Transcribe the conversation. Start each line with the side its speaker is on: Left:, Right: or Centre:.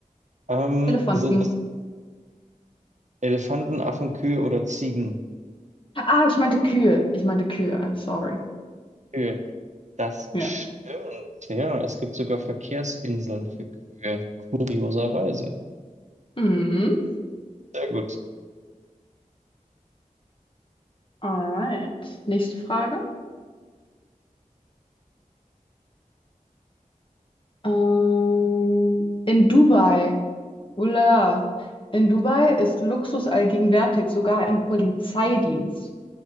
Right: Ähm,
Left: Elefanten.
Right: sind das Elefanten, Affen, Kühe oder Ziegen?
Left: Ah, ich meinte Kühe. Ich meinte Kühe. I'm sorry.
Right: Kühe. Das
Left: Ja.
Right: stimmt. Ja, es gibt sogar Verkehrsinseln für Kühe. Kurioserweise.
Left: Mhm.
Right: Sehr gut.
Left: Alright. Nächste Frage. Ähm, in Dubai. Ulala. In Dubai ist Luxus allgegenwärtig, sogar im Polizeidienst.